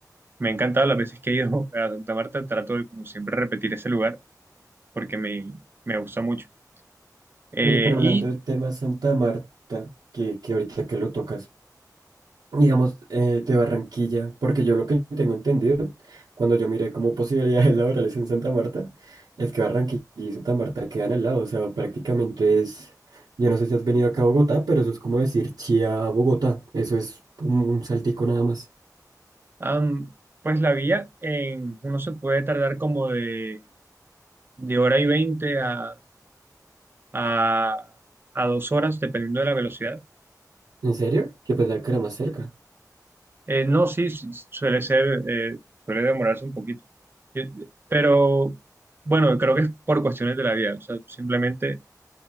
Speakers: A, on the right (about 35°); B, on the right (about 80°).
A: me ha encantado las veces que he ido <laughs> a Santa Marta. Trato de, como siempre, repetir ese lugar porque me, me gusta mucho. Eh,
B: Oye, pero hablando
A: y
B: del tema Santa Marta, que, que ahorita que lo tocas, digamos, eh, de Barranquilla, porque yo lo que tengo entendido, cuando yo miré como posibilidades <laughs> laborales en Santa Marta, es que Barranquilla y Santa Marta quedan al lado, o sea, prácticamente es, yo no sé si has venido acá a Bogotá, pero eso es como decir Chía a Bogotá, eso es un, un saltico nada más.
A: am, pues la vía, en, uno se puede tardar como de, de hora y veinte a, a, a dos horas, dependiendo de la velocidad.
B: ¿En serio? Yo pensaba que era más cerca.
A: Eh, no, sí, sí, suele ser, eh, suele demorarse un poquito. Yo- pero bueno, creo que es por cuestiones de la vía. O sea, simplemente